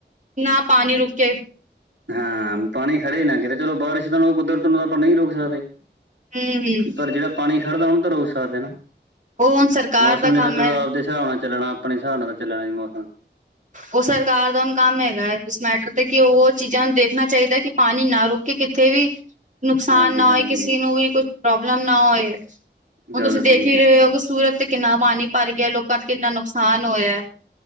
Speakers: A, on the right; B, on the right.
A: ਨਾ ਪਾਨੀ ਰੁਕੇ।
B: ਹਾਂ ਪਾਨੀ ਖੜੇ ਨਾ ਕਰੇ ਕਰੋ ਬਾਰਿਸ਼ ਤਾਂ ਕੁਦਰਤ ਨੂੰ ਤਾਂ ਆਪਾਂ ਨਹੀਂ ਰੋਕ ਸਕਦੇ।
A: ਹੂੰ- ਹੂੰ।
B: ਪਰ ਜਿਹੜਾ ਪਾਣੀ ਖੜਦਾ ਉਹਨੂੰ ਤਾਂ ਰੁਕ ਸਕਦੇ ਨਾ
A: ਉਹ ਹੁਣ ਸਰਕਾਰ
B: ਮੌਸਮ
A: ਦਾ ਕੰਮ
B: ਨੇ ਤਾਂ ਚਲੋ
A: ਹੈ
B: ਆਪਦੇ ਹਿਸਾਬ ਨਾਲ ਚੱਲਣਾ ਆਪਣੇ ਹਿਸਾਬ ਨਾਲ ਤਾਂ ਚੱਲਣਾ ਸੀ ਮੌਸਮ
A: ਉਹ ਸਰਕਾਰ ਦਾ ਹੁਣ ਕੰਮ ਹੈਗਾ ਉਸ ਮੈਟਰ ਤੇ ਕਿ ਉਹ ਚੀਜ਼ਾਂ ਨੂੰ ਦੇਖਣਾ ਚਾਹੀਦਾ ਕਿ ਪਾਣੀ ਨਾ ਰੁਕ ਕਿ ਕਿਥੇ ਵੀ ਨੁਕਸਾਨ
B: ਹਾਂਜੀ-ਹਾਂਜੀ
A: ਨਾ ਹੋਏ ਕਿਸੇ ਨੂੰ ਵੀ ਕੁਛ ਪ੍ਰੋਬਲਮ ਨਾ ਹੋਏ। ਹੁਣ
B: ਗੱਲ
A: ਤੁਸੀਂ ਦੇਖ
B: ਸਹੀ
A: ਹੀ
B: ਹੈ
A: ਰਹੇ ਹੋ ਕਿ ਸੂਰਤ ਤੇ ਕਿੰਨਾ ਪਾਣੀ ਭਰ ਗਿਆ ਲੋਕਾਂ ਦਾ ਕਿੰਨਾ ਨੁਕਸਾਨ ਹੋਇਆ।